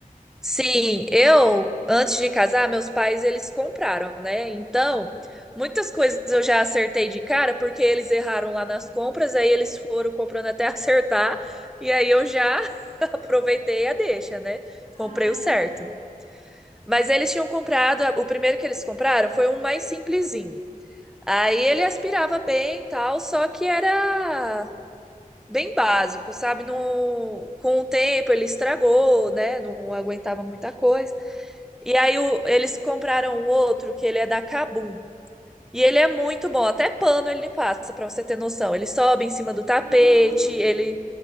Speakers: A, in the centre; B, on the right.
A: Sim, eu antes de casar, meus pais eles compraram, né? Então, muitas coisas eu já acertei de cara porque eles erraram lá nas compras, aí eles foram comprando até <laughs> acertar, e aí eu já <laughs> aproveitei a deixa, né?
B: Ai,
A: Comprei o certo.
B: gente,
A: Mas eles tinham comprado, o primeiro que eles compraram foi um mais simplesinho. Aí ele aspirava bem e tal, só que era bem básico, sabe? No, com o tempo ele estragou, né? Não aguentava muita coisa. E aí o- eles compraram um outro que ele é da Kabum. E ele é muito bom, até pano ele passa, pra você ter noção. Ele sobe em cima do tapete,
B: legal.
A: ele,